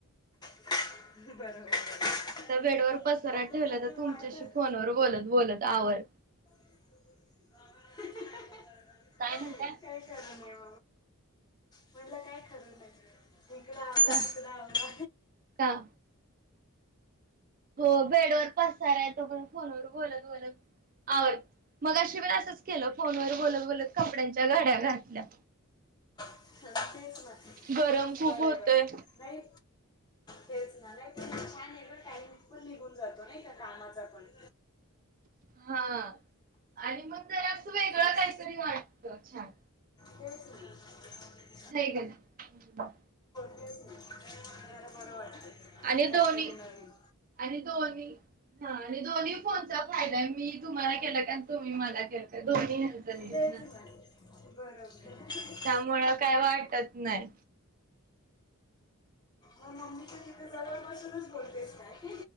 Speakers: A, on the left (about 20°); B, on the right (about 40°).
A: बरोबर बरोबर.
B: बेड वर पसारा
A: नंतर
B: ठेवलाय,
A: नंतर
B: तर तुमच्याशी
A: वाढतं
B: फोनवर बोलत बोलत आवर
A: <inaudible> काही
B: काय म्हणताय
A: खर नाही म. <inaudible> म्हटलं काय खर नाहीये. इकडं आवरा
B: का
A: तिकडं आवरा
B: का हो बेड वर पासाराय, तो पण फोनवर बोलत बोलत आवरते.. मगाशी पण असंच केलं फोनवर बोलत बोलत कपड्यांची च्या घड्या घातल्या.
A: खरं तेच म्हंटल.
B: गरम खूप
A: बरंय
B: होतय.
A: बरय नाही तेच ना. नाई छान आहे बर का <unintelligible> पण निघून जातो कामाचा पण.
B: हा आणि मग जरा असं वेगळं
A: थोडंस
B: काहीतरी वाटत छान.
A: तेच ना.
B: हाय का नाय?
A: तेच नाजरां बरं वाटतंय
B: आणि
A: काहीतरी
B: दोन्ही
A: नवीन.
B: आणि दोन्ही हा आणि दोन्ही फोनचा फायदाय, मी तुम्हाला केला का तुम्ही मला केला का दोन्ही हेंच नियोजन
A: तेच ना बरोबर. ना
B: त्यामुळं काय वाटत नाय.
A: मम्मीच्या तिथ जवळ बसूनच बोलतेस काय?